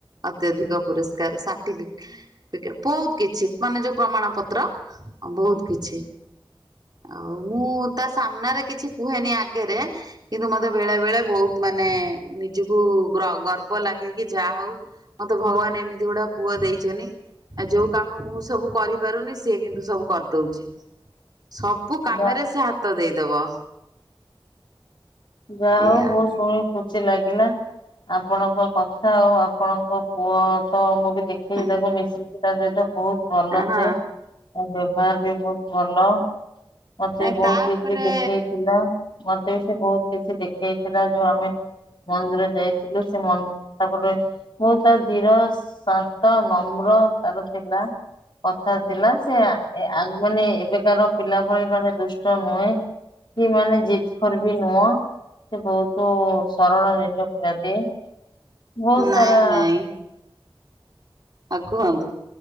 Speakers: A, on the right (about 50°); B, on the left (about 60°).
A: ଅତ୍ୟଧିକ ପୁରସ୍କାର ସାର୍ଟିଫିକେଟ୍ ବୋହୁତ୍ କିଛି ମାନେ ଯୋଉ ପ୍ରମାଣ ପତ୍ର ବୋହୁତ୍ କିଛି। ଆଉ ମୁଁ ତା ସାମ୍ନାରେ କିଛି କୁହେନି ଆଗରେ କିନ୍ତୁ ମତେ ବେଳେ ବେଳେ ବହୁତ ମାନେ ନିଜକୁ ଗର୍ବ ଲାଗେ କି ଯାହା ହଉ ମତେ ଭଗବାନ ଏମିତି ଗୁଟା ପୁଅ ଦେଇଛନ୍ତି ଆଉ ଯୋଉ କାମ ମୁଁ ସବୁ କରିପାରୁନି ସିଏ କିନ୍ତୁ ସବୁ କରିଦଉଛି ସବୁ କାମରେ
B: ଯା
A: ସେ ହାତ ଦେଇଦବ।
B: ଯାହା
A: ଏଇଆ।
B: ହଉ ବୋ ଶୁଣି ଖୁସି ଲାଗିଲା, ଆପଣଙ୍କ କଥା ଆଉ ଆପଣଙ୍କ ପୁଅ ମୁଁ ବି ଦେଖିଲି
A: ହୁଁ।
B: ତାକୁ ମିଶିକି ତା ସହିତ ବୋହୁତ୍ ଭଲ
A: ହଁ
B: ସେ ତା ବ୍ୟବହାର ବି ବହୁତ୍ ଭଲ। ମତେ
A: ନାଇଁ
B: ବୋହୁତ୍
A: ତାପରେ
B: କିଛି ଦେଖେଇଥିଲା। ମତେ ବି ସେ ବୋହୁତ୍ କିଛି ଦେଖେଇଥିଲା ଯୋଉ ଆମେ ମନ୍ଦିର ଯାଇଥିଲୁ ସେ ମନ୍ଦିର ତାପରେ ବହୁତ ଧୀର ଶାନ୍ତ ନମ୍ର ତାର ଥିଲା। କଥା ଥିଲା, ସେ ଆ ଆଗ୍ ମାନେ ଏବେକାର ପିଲା ଭଳି ମାନେ ଦୁଷ୍ଟ ନୁହେଁ, କି ମାନେ ଜିଦ୍ ଖୋର ବି ନୁହଁ। ସେ ବୋହୁତ୍ ସରଳ ନିରୀହ ପିଲାଟିଏ, ବହୁତ୍
A: ନାଇଁ
B: ସାରା
A: ନାଇଁ ଆଉ କୁହନ୍ତୁ।